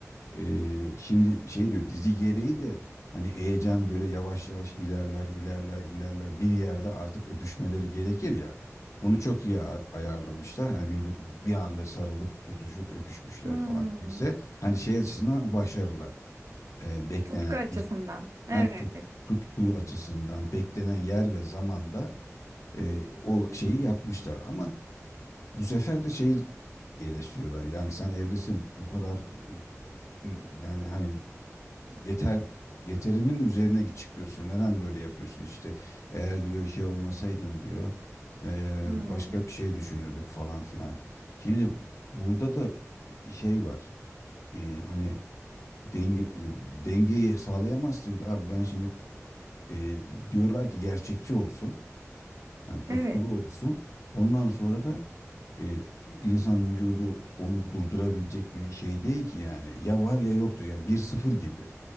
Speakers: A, on the left (about 65°); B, on the right (about 70°).
A: Ee, şimdi şey diyor dizi gereği de hani heyecan böyle yavaş yavaş ilerler ilerler ilerler bir yerde artık öpüşmeleri gerekir ya. Onu çok iyi a- ayarlamışlar. Hani bir, bir bir anda sarılıp tutuşup öpüşmüşler
B: Hmm.
A: falan. Neyse hani şey açısından başarılı. Ee, beklenen
B: Tutku açısından.
A: iz-
B: Evet.
A: ha, tut- tutku açısından beklenen yer ve zamanda e, o şeyi yapmışlar. Ama bu sefer de şey eleştiriyorlar. Yani sen evlisin bu kadar e, yani hani yeter yeterinin üzerine çıkıyorsun. Neden böyle yapıyorsun işte? Eğer diyor şey olmasaydın diyor e,
B: Hmm.
A: başka bir şey düşünürdük falan filan. Şimdi burada da şey var. E, hani denge e, dengeyi sağlayamazsın. ki. Abi ben şimdi e, diyorlar ki gerçekçi olsun. Hani tutkulu
B: Evet.
A: olsun. Ondan sonra da e, insan vücudu onu durdurabilecek bir şey değil ki yani. Ya var ya yoktu yani bir sıfır gibi.